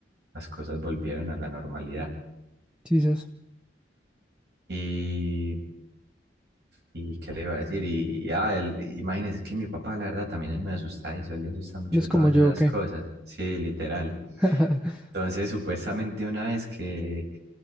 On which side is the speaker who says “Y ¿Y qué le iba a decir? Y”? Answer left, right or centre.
Right